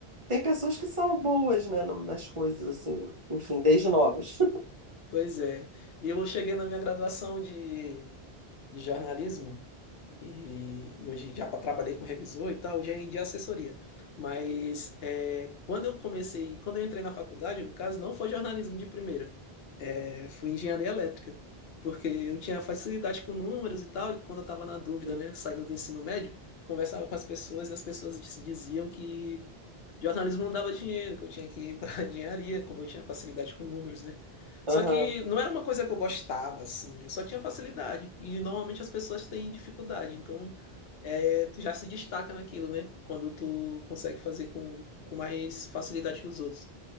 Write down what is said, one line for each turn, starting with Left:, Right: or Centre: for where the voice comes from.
Right: tem pessoas que são boas, né, no- nas coisas, assim, enfim, desde novas.
Left: Pois é. E eu cheguei na minha graduação de, de jornalismo e, e hoje já pa- trabalhei com revisor e tal, já em de assessoria. Mas é, quando eu comecei, quando eu entrei na faculdade, no caso, não foi jornalismo de primeira. É, foi engenharia elétrica, porque eu tinha facilidade com números e tal, e quando eu estava na dúvida,
Right: <laughs>
Left: né, saindo do ensino médio, conversava com as pessoas e as pessoas se diziam que jornalismo não dava dinheiro, que eu tinha que ir para <laughs> engenharia, como eu tinha facilidade com números, né? Só
Right: Aham,
Left: que não era uma coisa que eu gostava, assim, eu só tinha facilidade, e normalmente as pessoas têm dificuldade, então é, tu já se destaca naquilo, né? Quando tu consegue fazer com, com mais facilidade que os outros.